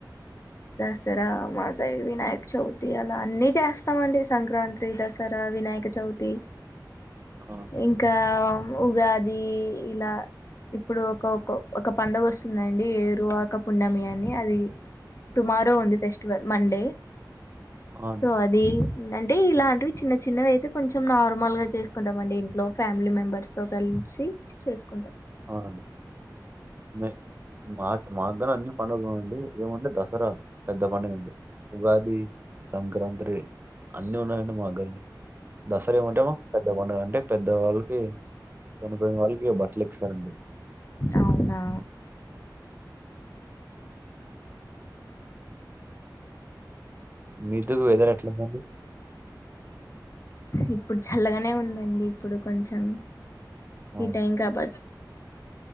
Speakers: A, on the left (about 40°); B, on the right (about 30°).
A: దసరా మా సైడ్ వినాయక చవితి అలా అన్ని చేస్తామండి సంక్రాంత్రి దసరా వినాయక చవ్తి
B: ఆ
A: ఇంకా ఉగాది ఇలా ఇప్పుడు ఒక ఒక ఒక పండుగ వస్తుందండి ఏరువాక పున్నమి అని అది టుమారో ఉంది ఫెస్టివల్ మండే
B: ఆ! అండి.
A: సో అ ది అంటే ఇలాంటివి చిన్న చిన్నవి అయితే కొంచెం నార్మల్ గా చేసుకుంటం వండి ఇంట్లో ఫ్యామిలీ మెంబర్స్ తో కలిసి చేసుకుంటాం
B: అవునా మే మాకు మాకుగానీ అన్ని పండుగలు అండి ఏమంటె దసరా పెద్ద పండుగ అండి ఉగాది సంక్రాంత్రి అన్నీ ఉన్నాయండి మాగని దసరా ఏమంటేమో పెద్ద పండుగ అంటే పెద్దవాళ్ళకి చనిపోయిన వాళ్ళకి బట్టలు ఇస్తారండి
A: అవునా
B: మీతో వెదర్ ఎట్లుందండి
A: ఇప్పుడు చల్లగానే ఉందండి ఇప్పుడు కొంచెం
B: ఆ
A: ఈ టైం కాబ